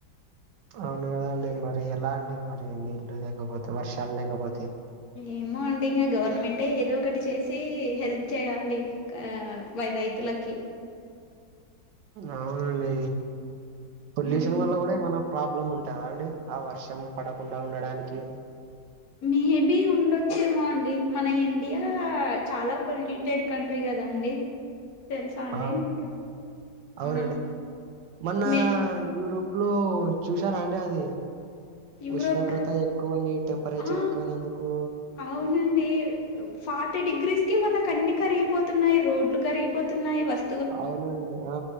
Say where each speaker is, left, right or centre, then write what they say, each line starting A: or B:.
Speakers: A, on the right; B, on the left.
A: అవును కదా అండి మరి ఎలా అండి మరి నీళ్లు లేకపోతే, వర్షాలు లేకపోతే.
B: ఏమో అండి ఇంగ గవర్నమెంటే ఏదో ఒకటి చేస్ చి హెల్ప్ చేయాలి క వ రైతులకి.
A: అవునండి పొల్యూషన్
B: మ్మ్
A: వల్ల కూడ ఏమన్న ప్రాబ్లమ్ ఉంటదా అండి ఆ వర్షం పడకుండా ఉండడానికి
B: మేబి ఉండొచ్చేమో అండి మన ఇండియా చాలా పొల్యూటెడ్ కంట్రీ కదా అండి తెలుసా అండి
A: ఆ
B: మీకు
A: అవునండి
B: ఆ
A: మొన్న
B: మే
A: యూరోప్లో చూసారా అండి అది
B: యూరోప్
A: ఉష్ణోగ్రత
B: లో
A: ఎక్కువై టెంపరేచర్
B: ఆ
A: ఎక్కువైనందుకు
B: అవునండి ఫార్టీ డిగ్రీస్కి వాళ్ళకన్ని కరిగిపోతున్నాయి రోడ్లు కరిగిపోతున్నాయి వస్
A: అవునండి ఆ